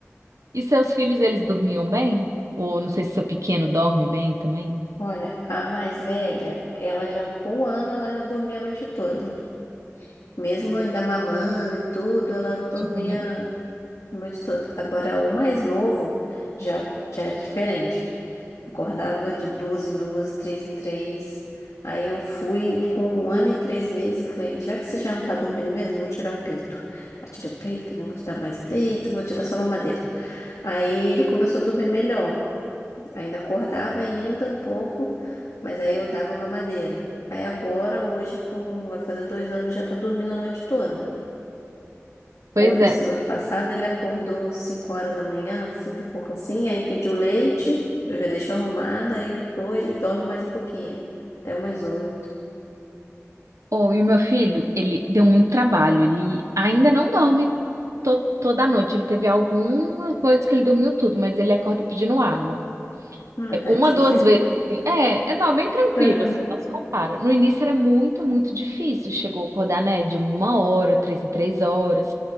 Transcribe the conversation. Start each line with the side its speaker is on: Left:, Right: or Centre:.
Right: E seus filhos, eles dormiam bem? Ou não sei se seu pequeno dorme bem também?
Left: Olha, a mais velha, ela já com um ano, ela já dormia a noite toda. Mesmo ainda mamando e tudo, ela dormia
Right: Uhum.
Left: a noite toda. Agora, o mais novo já, já era diferente. Acordava de duas em duas, três em três. Aí eu fui com um ano e três meses. Eu falei, já que você já não tá dormindo mesmo, eu vou tirar o peito. Aí tirei o peito, que não vou te dar mais peito, vou te dar só mamadeira. Aí ele começou a dormir melhor. Ainda acordava ainda um pouco, mas aí eu dava mamadeira. Aí agora, hoje, com vai fazer dois anos, já tá dormindo a noite toda.
Right: Pois
Left: Ho- Esse
Right: é.
Left: noite passada ele acordou 5 horas da manhã, 5 e pouco assim, aí pediu leite, eu já deixo arrumado, aí ou ele dorme mais um pouquinho, até umas oito
Right: Oh, e o meu filho, ele deu muito trabalho. Ele ainda não dorme to- toda noite. Ele teve algumas noites que ele dormiu tudo, mas ele acorda pedindo água.
Left: Ah,
Right: É,
Left: tadinho.
Right: Uma, duas vezes, assim. É, é não, bem tranquilo,
Left: <laughs> Aham.
Right: assim, não se compara. No início era muito, muito difícil. Chegou a acordar, né, de uma hora, três em três horas.